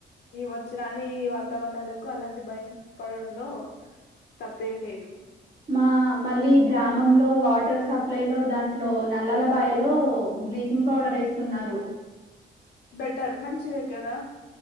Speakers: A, on the left (about 65°); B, on the right (about 40°).
A: ఈ వచ్చి రాని ఈ వాతావరణాలకు అలాంటి భయం పడడంలో తప్పేం లేదు
B: మా మళ్ళీ గ్రామంలో వాటర్ సప్లై లో దాంట్లో నల్లాల బాయిలో బ్లీచింగ్ పౌడర్ వేస్తున్నారు
A: బెటర్ మంచిదే కదా